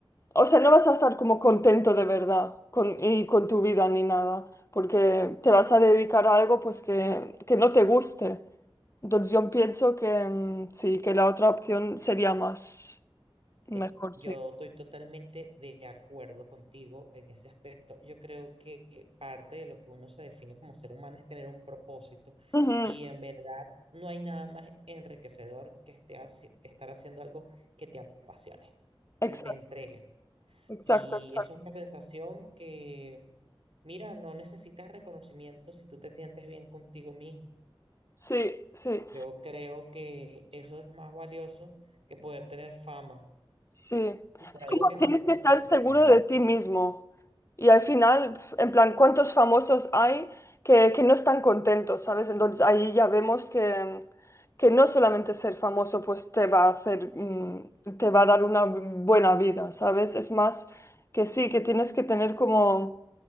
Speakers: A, on the left; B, on the right.
A: o sea, no vas a estar como contento de verdad con, y con tu vida ni nada, porque te vas a dedicar a algo pues que, que no te guste. Entonces yo pienso que mm, sí, que la otra opción sería más mejor,
B: Sí, yo
A: sí.
B: estoy totalmente de acuerdo contigo en ese aspecto. Yo creo que parte de lo que uno se define como ser humano es tener un propósito.
A: Ujú,
B: Y en verdad no hay nada más enriquecedor que esté haci- estar haciendo algo que te apasione,
A: Exacto,
B: que te entregues.
A: exacto,
B: Y
A: exacto.
B: eso es una sensación que, mira, no necesitas reconocimiento si tú te sientes bien contigo mismo.
A: Sí, sí.
B: Yo creo que eso es más valioso que poder tener fama
A: Sí,
B: y por
A: es como
B: algo que no
A: tienes
B: te guste.
A: que estar seguro
B: ¿no?
A: de ti mismo. Y al final, en plan, ¿cuántos famosos hay que, que no están contentos, ¿sabes? Entonces ahí ya vemos que, que no solamente ser famoso pues te va a hacer, mm, te va a dar una buena vida, ¿sabes? Es más que sí, que tienes que tener como